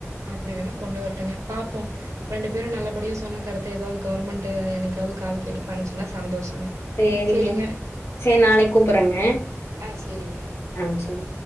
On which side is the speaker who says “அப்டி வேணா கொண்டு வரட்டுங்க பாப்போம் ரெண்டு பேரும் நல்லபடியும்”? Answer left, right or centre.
Right